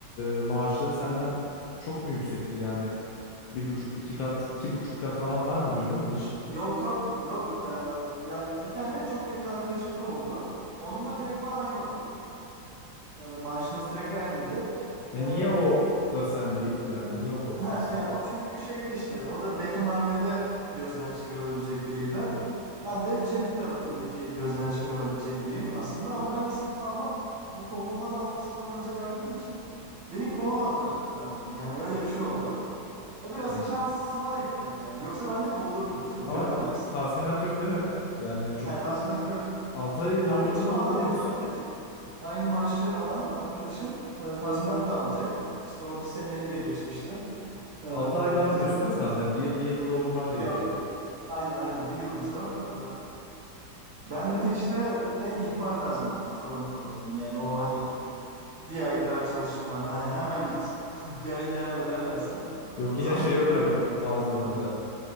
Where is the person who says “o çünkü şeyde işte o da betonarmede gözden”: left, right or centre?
Right